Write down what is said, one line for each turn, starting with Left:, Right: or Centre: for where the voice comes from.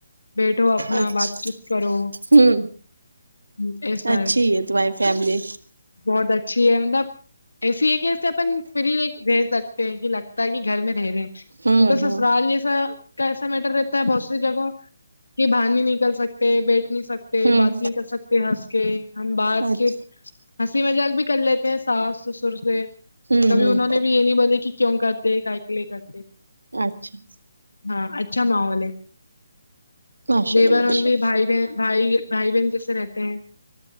Left: بیٹھو اپنا
Right: اچھا
Left: بات چیت کرو
Right: ہوں
Left: ہوں ایسا
Right: اچھی
Left: ہے
Right: تمہاری فیملی
Left: بہت اچھی ہے مطلب ایسی ہے کہے اپن فری رہ سکتے ہیں کہ لگتا ہے کہ گھر میں رہ رہے ہیں
Right: ہوں
Left: انکا
Right: ہوں
Left: سسرال کیسا میٹر کرتے بہت سی جگہوں کہ باہر نہیں نکل سکتے بیٹھ نہیں سکتے پہ
Right: ہوں
Left: بات نہیں کر سکتے ہسکے ہم بات
Right: اچھا
Left: کے ہنسی مذاق بھی کر لیتے ہیں ساس سسر سے
Right: ہوں
Left: کبھی
Right: ہوں
Left: انہوں نے بھی یہ نہیں بولے کہ کیو کرتے کئی کیلئے کرتے
Right: اچھا
Left: ہاں اچھا ماحول ہے
Right: ماشاء
Left: دیوار
Right: اللہ ماشاء
Left: ہوندے بھائی بہ بھائی بھائی بہن جیسے رہتے ہیں